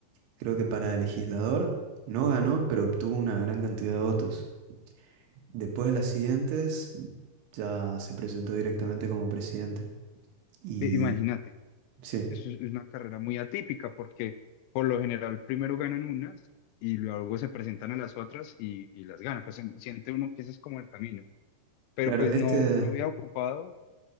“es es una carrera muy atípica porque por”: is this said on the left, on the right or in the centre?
Left